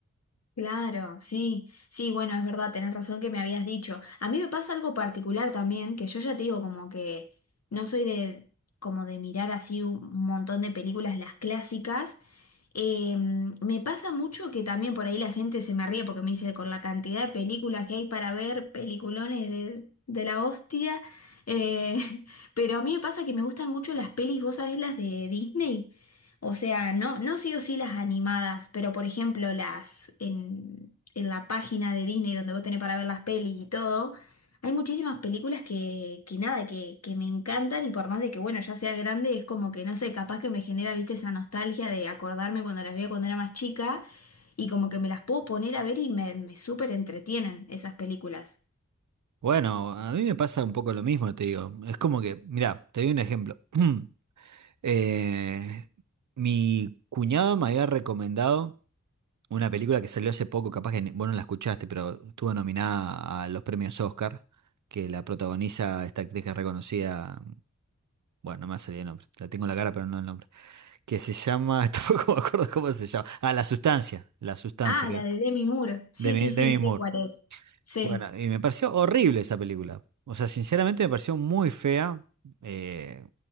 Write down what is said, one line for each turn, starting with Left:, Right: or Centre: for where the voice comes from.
Left: Claro, sí, sí, bueno, es verdad, tenés razón que me habías dicho. A mí me pasa algo particular también, que yo ya te digo como que no soy de como de mirar así un montón de películas, las clásicas, Eh, me pasa mucho que también por ahí la gente se me ríe porque me dice, con la cantidad de películas que hay para ver, peliculones de, de la hostia, eh, <laughs> pero a mí me pasa que me gustan mucho las pelis, vos sabés, las de Disney. O sea, no, no sí o sí las animadas, pero por ejemplo las en, en la página de Disney donde vos tenés para ver las pelis y todo. Hay muchísimas películas que, que nada, que, que me encantan y por más de que, bueno, ya sea grande, es como que, no sé, capaz que me genera, viste, esa nostalgia de acordarme cuando las veía cuando era más chica y como que me las puedo poner a ver y me, me súper entretienen esas películas.
Right: Bueno, a mí me pasa un poco lo mismo, te digo. Es como que, mira, te doy un ejemplo. <clears throat> Eh, mi cuñado me había recomendado una película que salió hace poco, capaz que ni- vos no la escuchaste, pero estuvo nominada a los premios Oscar, que la protagoniza esta actriz que es reconocida, bueno, no me va a salir el nombre, la tengo en la cara, pero no el nombre, que se llama, <laughs> tampoco me acuerdo cómo se llama, ah, La Sustancia, La Sustancia,
Left: Ah,
Right: que,
Left: la de Demi Moore. Sí,
Right: de, Mi-
Left: sí, sí,
Right: de mi
Left: sé
Right: Moore.
Left: cuál es. Sí,
Right: Bueno, y me pareció horrible esa película, o sea, sinceramente me pareció muy fea, eh,